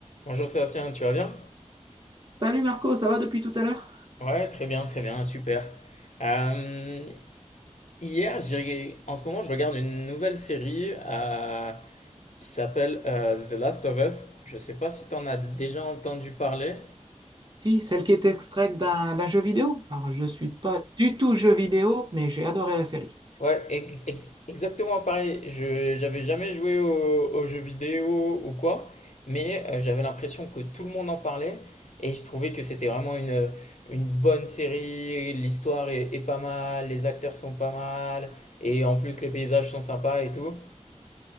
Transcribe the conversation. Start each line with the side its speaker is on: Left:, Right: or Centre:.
Left: Bonjour Sébastien, tu vas bien?
Right: Salut Marco, ça va depuis tout à l'heure?
Left: Ouais, très bien, très bien, super. Euh, hier, j'ai, en ce moment, je regarde une nouvelle série euh, qui s'appelle euh, The Last of Us. Je sais pas si tu en as déjà entendu parler.
Right: Si, celle qui est extraite d'un d'un jeu vidéo. Alors, je suis pas du tout jeu vidéo, mais j'ai adoré la série.
Left: Ouais, ex- ex- exactement pareil. Je j'avais jamais joué au- aux, jeux vidéo ou quoi, mais euh, j'avais l'impression que tout le monde en parlait et je trouvais que c'était vraiment une, une bonne série. L'histoire est, est pas mal, les acteurs sont pas mal et en plus les paysages sont sympas et tout.